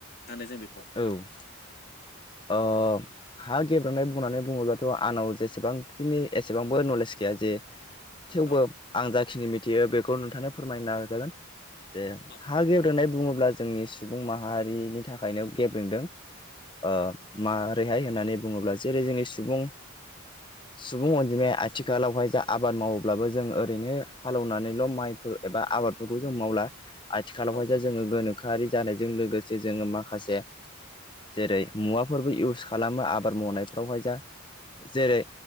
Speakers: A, on the left; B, on the left.
A: होनो जों बेखौ
B: औ अ हा गेब्रेनाय बुंनानै बुङोबाथ आंनाव जेसेबांखिनि एसेबांबो नलेज गैया जे थेवबो
A: औ
B: आं जा खिनि मिथियो बेखौ नोंथांनो फोरमायनााजागोन जे
A: औ
B: हा गेब्रेंनाय बुङोब्ला जोंनि सुबुं माहारिनि थाखायनो गेब्रेंदों ओ मा बेहाय होननानै बुङोब्ला जेरै जोंनि सुबुं सुबुं अनजिमाया आथिखालावहाय जा आबाद मावोब्लाबो जों ओरैनो हालेवनानैल माइफोर एबा आबादफोरखौ जों मावला आथिखालावहाय
A: औ
B: जे जोंङोगोनोखोआरि जानायजों लोगोसे जोङो माखासे जेरै मुवाफोरबो इउस खालामो आबाद मावनायफ्रावहाय जा जेरै